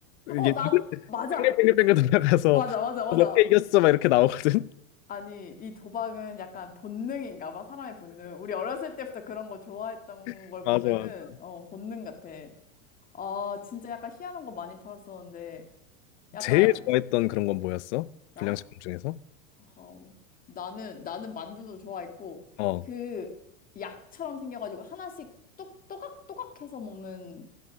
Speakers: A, on the left; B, on the left.
A: 이게
B: 어, 나도, 맞아.
A: 뺑글뺑글뺑글 돌아가서
B: 맞아, 맞아, 맞아.
A: 몇 개 이겼어 막 이렇게 나오거든.
B: 아니, 이 도박은 약간 본능인가 봐, 사람의 본능. 우리 어렸을 때부터 그런 거 좋아했던
A: <laughs>
B: 걸 보면은,
A: 맞아 맞아.
B: 어, 본능 같아. 아, 진짜 약간 희한한 거 많이 팔았었는데, 약간,
A: 제일 좋아했던 그런 건 뭐였어?
B: 나?
A: 불량식품 중에서?
B: 어, 나는, 나는 만두도 좋아했고,
A: 어.
B: 그 약처럼 생겨가지고 하나씩 똑, 또각또각 해서 먹는